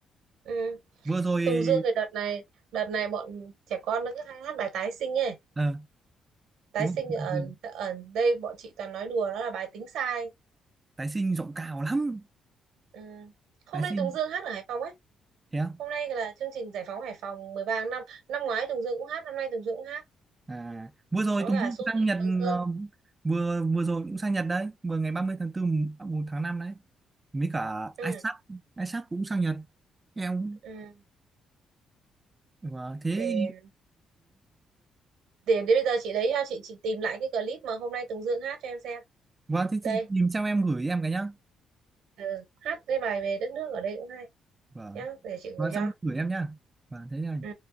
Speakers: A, on the right (about 80°); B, on the right (about 25°).
A: ừ.
B: vừa rồi
A: Tùng Dương thì đợt này đợt này bọn trẻ con nó cứ hay hát bài tái sinh ấy
B: ờ
A: tái
B: đúng
A: sinh
B: không?
A: ở ở đây bọn chị toàn nói đùa nó là bài tính sai
B: tái sinh giọng cao lắm
A: ừ. hôm
B: tái
A: nay
B: sinh
A: Tùng Dương hát ở Hải Phòng ấy
B: thế á?
A: hôm nay là chương trình Giải phóng Hải Phòng 13 tháng năm năm ngoái Tùng Dương cũng hát năm nay Tùng Dương cũng hát
B: à vừa rồi
A: có
B: Tùng
A: cả
B: Dương
A: Subin
B: sang Nhật
A: Hoàng Sơn
B: ờ, vừa vừa rồi cũng sang Nhật đấy vừa ngày ba mươi tháng tư mùng, một tháng năm đấy mấy cả
A: ừ.
B: Isaac Isaac cũng sang Nhật em
A: Ừ.
B: Vâng, thế
A: để Để đến bây giờ chị đấy chị chị tìm lại cái clip mà hôm nay Tùng Dương hát cho em xem.
B: vâng thế
A: Đây,
B: chị tìm xong em gửi em cái nhá
A: ừ, hát cái bài về đất nước ở đây cũng hay
B: vâng
A: nhá, để chị
B: vâng
A: gửi
B: xong
A: cho.
B: gửi em nhá vâng thế nhá
A: Ừ.